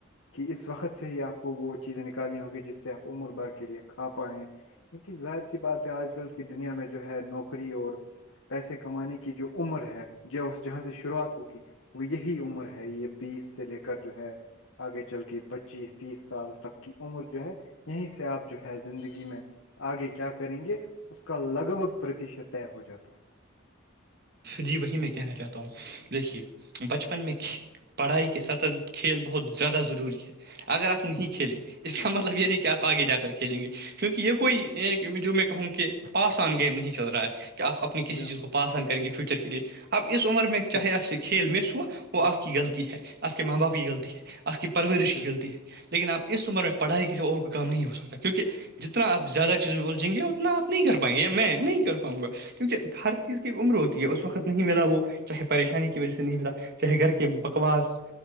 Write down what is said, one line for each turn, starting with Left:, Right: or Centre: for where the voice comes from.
Left: کہ اس وقت سے ہی آپ کو وہ چیزیں نکالنی ہوگی جس سے آپ امر بر کے لیے کھا پائیں کین ظاہر سی بات ہے آج کل کی دنیا میں جو ہے نوکری اور پیسے کمانے کی جو عمر ہے ج اس جہاں سے شروعات ہوگی وہ یہی عمر ہے یہ بیس سے لے کر جو ہے آگے چل کے پچیس تیس سال تک کی عمر جو ہے یہیں سے آپ جو ہے زندگی میں آگے کیا کریں گے اس کا لگ بھگ پرتیشت طے ہو جاتا ہے
Right: جی وہی میں کہنا چاہتا ہوں دیکھیے بچپن میں پڑھائی کے سطر کھیل بہت زیادہ ضروری ہے اگر آپ نہیں کھیلے
Left: یقینا
Right: اس کا مطلب یہ نہیں کہ آپ آگے جا کر کھیلیں گے کیونکہ یہ کوئی جو میں کہوں کہ پاس آن گیم نہیں چل رہا ہے آپ اپنی کسی
Left: جی ہاں
Right: چیز کو پاس آن کریں گے فیوچر کے لیے اپ اس عمر میں چاہے
Left: جی ہاں
Right: آپ سے کھیل مس ہوا وہ آپ کی غلطی ہے آ کے ماں باپ کی غلطی ہے آ کی پرورش
Left: جی ہاں
Right: غلطی ہے لیکن آپ اس عمر میں پڑھائی کسی اور کوئی کام نہیں ہو سکتا کیونکہ جتنا آپ زیادہ چیز میں الجھیں گے اتنا آپ نہیں کر پائیں گے میں نہیں کر پاؤ گا کیونکہ ہر چیز کی ایک عمر ہوتی ہے یہ اس وقت نہیں ملا وہ چاہے پریشانی کی وجہ سے نہیں ملا چاہے گھر کے بکواس